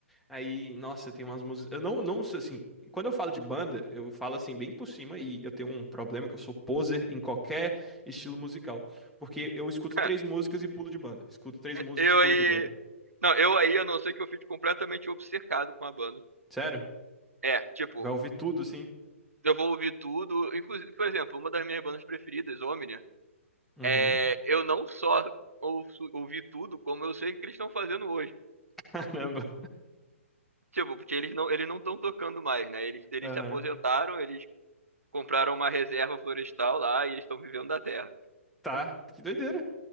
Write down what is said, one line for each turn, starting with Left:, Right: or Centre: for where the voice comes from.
Centre: Aí, nossa, tem umas músicas... Eu não, não sei, assim, quando eu falo de banda, eu falo, assim, bem por cima, e eu tenho um problema que eu sou poser em qualquer estilo musical. Porque eu escuto
Right: <laughs>
Centre: três músicas e pulo de banda. Escuto três músicas,
Right: Eu
Centre: pulo
Right: aí,
Centre: de banda.
Right: Não, eu aí, a não ser que eu fique completamente obcecado com a banda.
Centre: Sério?
Right: É, tipo,
Centre: Vai ouvir tudo, assim?
Right: eu vou ouvir tudo. Inclusive, por exemplo, uma das minhas bandas preferidas, Omnia,
Centre: Uhum.
Right: é, eu não só ouço- ouvi tudo, como eu sei o que eles estão fazendo hoje.
Centre: <laughs> Caramba.
Right: Tipo, porque eles não eles não estão tocando mais, né? Eles, eles
Centre: Aham.
Right: se aposentaram, eles compraram uma reserva florestal lá e eles estão vivendo da terra.
Centre: Tá, que doideira.